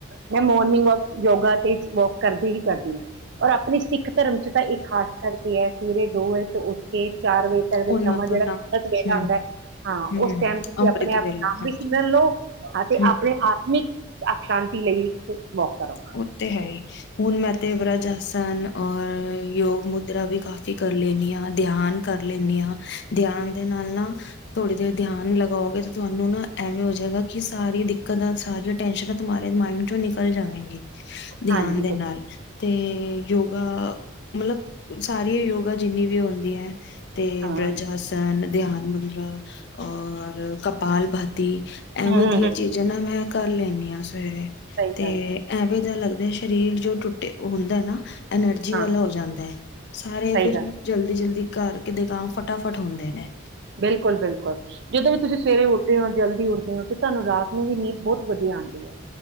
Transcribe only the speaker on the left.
ਉਹਨਾਂ
ਤੋਂ ਨਾ ਹੂੰ
ਹੂੰ
ਅੰਮ੍ਰਿਤ
ਵੇਲਾ
ਹਾਂਜੀ
ਹੂੰ
ਉਹ ਤੇ ਹੈ ਹੀ ਹੁਣ ਮੈਂ ਤੇ ਬਰਾਜੱਸ ਨ ਔਰ ਯੋਗ ਮੁਦਰਾ ਵੀ ਕਾਫੀ ਕਰ ਲੈਣੀ ਆ ਧਿਆਨ ਕਰ ਲੈਂਦੇ ਹਾਂ ਧਿਆਨ ਦੇ ਨਾਲ ਨਾ ਥੋੜ੍ਹੀ ਦੇਰ ਧਿਆਨ ਲਗਾਓਗੇ ਤੇ ਤੁਹਾਨੂੰ ਨਾ ਐਵੇਂ ਹੋ ਜਾਏਗਾ ਕਿ ਸਾਰੀ ਦਿੱਕਤਾਂ ਸਾਰੀਆਂ ਟੈਸ਼ਨਾਂ ਤਮਾਰੇ ਮਾਇੰਡ ਚੋਂ ਨਿਕਲ ਜਾਵੇਗੀ ਧਿਆਨ
ਦੇ
ਨਾਲ ਤੇ ਯੋਗਾ ਮਤਲਬ ਸਾਰੀ ਯੋਗਾ ਜਿੰਨੀ ਵੀ ਹੁੰਦੀ ਹੈ ਤੇ
ਬ੍ਰਜ ਹਸਨ ਲਧਿਆਨ ਮੰਦਰਾ ਔਰ ਕੱ ਬਾਲ ਭਤ ਤੇ ਇਹ
ਵਧੀਆ
ਚੀਜ਼ ਨਾ ਮੈਂ ਕਰ ਲੈਂਦੇ ਹਾਂਸੀਂ ਸਵੇਰੇ
ਤੇ
ਦਾ ਲੱਗਦਾ ਸਰੀਰ ਜੋ ਟੁੱਟੇ ਹੁੰਦਾ ਨਾ ਐਨਰਜੀ
ਵਾਲਾ ਹੋ ਜਾਂਦਾ ਹੈ ਸਾਰੇ ਫਿਰ
ਜਲਦੀ ਜਲਦੀ ਘਰ ਕਿਤੇ ਕੰਮ ਫਟਾਫਟ ਹੁੰਦੇ ਨੇ